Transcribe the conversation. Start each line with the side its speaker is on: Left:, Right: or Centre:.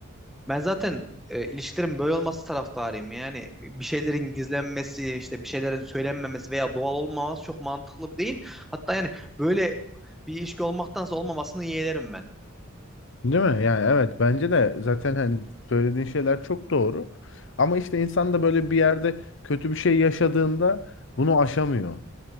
Centre: Ben zaten e, ilişkilerin böyle olması taraftarıyım. Yani bir şeylerin gizlenmesi, işte bir şeylerin söylenmemesi veya doğal olmaması çok mantıklı değil. Hatta yani böyle bir ilişki olmaktansa olmamasını yeğlerim ben.
Left: Değil mi? Yani evet bence de zaten hani söylediğin şeyler çok doğru. Ama işte insan da böyle bir yerde kötü bir şey yaşadığında bunu aşamıyor.